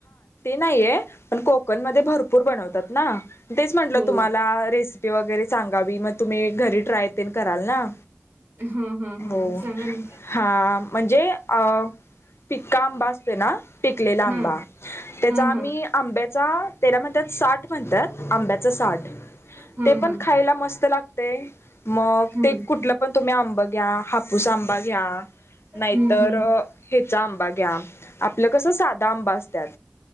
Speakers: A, on the left; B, on the right.
A: नाही पण को कुकन मध्ये भरपूर बनवतात ना तेच म्हटलं
B: हो
A: तुम्हाला रेसि वगैरे सांग गावी मग तुम्ही घरी ट्राय कराल ना
B: हा हा हा
A: हो
B: सांगा ना
A: हा म्हणजे अ पिक्का आंबा असतो ना पिकलेला आंबा
B: हा
A: त्याचा
B: हा
A: आम्ही
B: हा
A: आंब्या तेरा म्हणतात साठ म्हणतात आंब्याचं साठ
B: हा
A: ते पण
B: हा
A: खायला मस्त लाग मग
B: हम्म.
A: ते कुठलं पण तुम्ही आंबं घ्या हापूस आंबा घ्या नाहीतर
B: हम्म
A: हेचा आंबा घ्या आपलं कसं साधं आंबं असतात